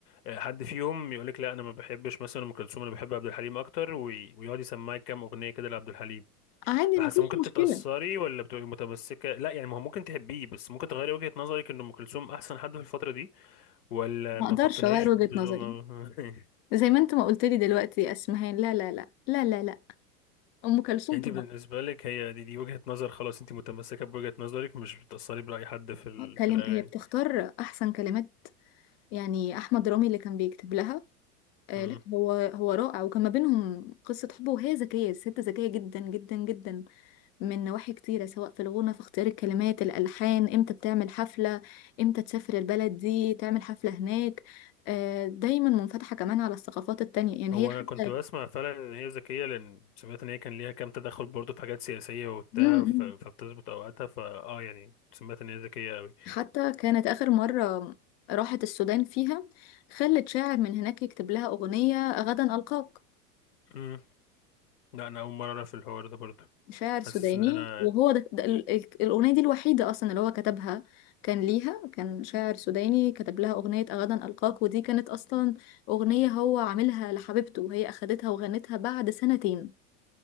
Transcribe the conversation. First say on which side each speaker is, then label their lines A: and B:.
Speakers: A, on the left; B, on the left.
A: آه، حد فيهم يقولك لا انا ما بحبش مثلا ام كلثوم انا بحب عبد الحليم اكتر وي... ويقعد يسمعك كام اغنية كده لعبد الحليم
B: عادي
A: فحاسه
B: مفيش
A: ممكن
B: مشكله
A: تتأثري ولا بتبقي متمسكة لا يعني ما هو ممكن تحبيه بس ممكن تغيري وجهة نظرك ان ام كلثوم احسن حد في الفترة دي ولا
B: ما
A: ما
B: اقدرش
A: بتقتنعيش
B: اغير وجهة
A: بزو
B: نظري
A: ما... <laughs>
B: زي ما انت ما قلت لي دلوقتي يا اسمهان لا لا لا لا لا لا ام كلثوم
A: يعني
B: طبعا
A: انت بالنسبة لك هي دي دي وجهة نظر خلاص انت متمسكة بوجهة نظرك مش بتأثري برأي حد في ال...
B: كلام
A: في الأغاني
B: هي بتختار احسن كلمات يعني احمد رامي اللي كان بيكتب لها آه
A: مم.
B: لا هو هو رائع وكان ما بينهم قصه حب وهي ذكيه الست ذكيه جدا جدا جدا من نواحي كتيره سواء في الغنى في اختيار الكلمات الالحان امتى بتعمل حفله امتى تسافر البلد دي تعمل حفله هناك آه دايما منفتحه كمان على الثقافات التانية يعني
A: هو
B: هي حتى
A: انا كنت بسمع فعلا ان هي ذكية لان سمعت ان هي كان ليها كام تدخل برضه في حاجات سياسية وبتاع
B: مم،
A: ف...
B: مم.
A: فبتظبط اوقاتها فاه يعني سمعت ان هي ذكية قوي
B: حتى كانت آخر مرة راحت السودان فيها خلت شاعر من هناك يكتب لها أغنية غدا ألقاك
A: مم. لا انا اول مرة اعرف الحوار ده برضه
B: شاعر
A: حاسس
B: سوداني
A: ان انا
B: وهو ده ده ال- ال- الأغنية دي الوحيدة أصلا اللي هو كتبها كان ليها كان شاعر سوداني كتب لها أغنية غدا ألقاك ودي كانت أصلا أغنية هو عاملها لحبيبته وهي أخدتها وغنتها بعد سنتين